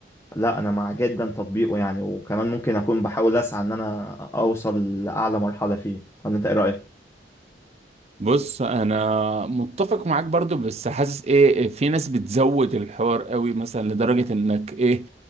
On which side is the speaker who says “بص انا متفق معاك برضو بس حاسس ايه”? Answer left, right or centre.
Right